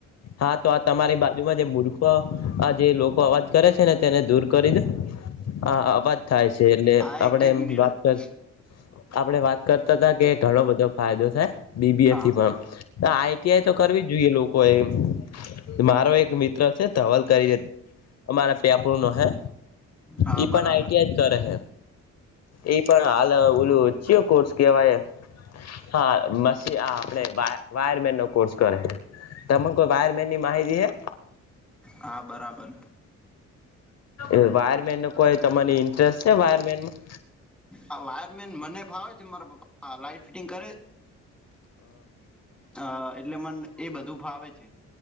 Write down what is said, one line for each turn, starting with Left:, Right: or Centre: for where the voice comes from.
Left: હા તો આ તમારી બાજુમાં જ જે મૂર્ખ આ જે લોકો અવાજ કરે છે ને તેને દૂર કરીને આ <unintelligible> થાય છે એટલે
Centre: હા
Left: આપણે
Centre: એક જ મિનિટ
Left: વાત
Centre: હા
Left: કર આપણે વાત કરતા હતા કે ઘણો બધો ફાયદો થાય બીબીએ
Centre: હા
Left: થી પણ આઈટીઆઈ તો કરવી જ જોઈએ લોકો એ મારો એક મિત્ર છે ધવલ કરી ને અમારા પેપડ નો હે
Centre: હા
Left: ઈ પણ
Centre: બરાબર
Left: આઈટી આઈ કરે એ પણ હાલ ઓલું ચેવો કોર્સ કેવાય હા <unintelligible> વાયરમેન નો કોર્સ કરે છે તને કોઈ વાયર તેની માહિતી હે
Centre: હા બરાબર
Left: એ વાયરમેન નો કોઈ તમને ઇન્ટરેસ્ટ છે વાયરમેનમાં
Centre: આ વાયરમેન મને ભાવે છે મારા પપા લાાઈટ ફિટિંગ કરે અ એટલે મન એ બધું ફાવે છે.